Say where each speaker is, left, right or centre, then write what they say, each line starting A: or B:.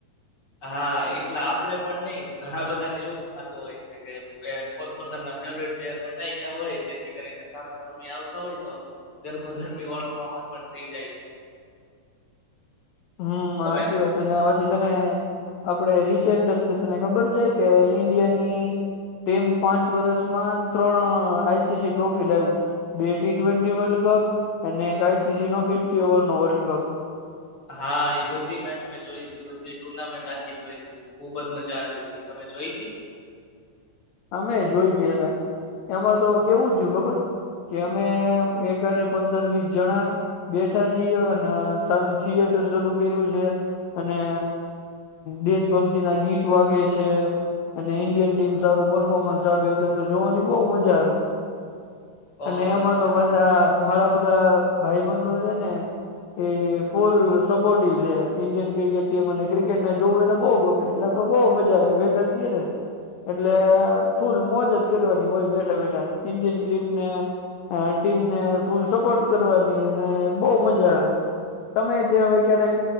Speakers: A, on the left; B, on the left.
A: હા એકલા આપડે પણ નહી ઘણા બધાને એવું જ થતું હોય છે કે પોતપોતાના ફેવરટ પ્લેયર બતા ગયા હોય તેથી કરીને સામે સામે આવતા હોય તો ગરમા ગરમી વાળો માહોલ પણ થઈ જાય છે.
B: હમ
A: તમે
B: આજી વાત નેવા સીધા ને આપણેે રિસેન્ટ અત તને ખબર છે કે ઈન્ડિયાની ટીમ પાંચ વર્ષમાં ત્રણ આઈસીસી ટ્રોફી લાવ્યું. બે ટી ટ્વેન્ટી વર્લ્ડ કપ અને એક આઈસીસી નો ફિફી ઓવર નો વર્લ્ડ કપ.
A: હા એ બધી મેચ મેં જોઈ ત બધી ટુર્નામેન્ટ આખી જોઈ તી ખુબ જ મજા આવી ત તમે જોઈ તી?
B: અમે જોઈ દ એમાં તો કેવું છું ખબર કે અમે એકારે પંદર વીસ જણા બેઠા છીએ અને સામે થિયેટર શરૂ કર્યું છે. અને દેશ ભક્તિ ના ગીત વાગે છે, અને ઇન્ડિયન ટીમ સારું પફોર્મન્સ આપે એટલે તો જોવાની બહ મજા આવે. અને
A: ઓહો
B: એમાં
A: તમે
B: તો પાછા મારા બધાં ભાઈ બંધો છે, ને એ ફૂલ સપોર્ટિવ છે ઇન્ડિયન ક્રિકેટ ટીમ અને ક્રિકેટને જોવને બહુ ગમે. એટલે તો બહ મજા આવે ભેગા થએ ને એટલે ફૂલ મોજજ કરવાની હોય બેઠા બેઠા. ઈન્ડિયન ક્રીપને ટીમને ફૂલ સપોર્ટ કરવાની અને બહ મજા આવે. તમે તે હવે ક્યારેક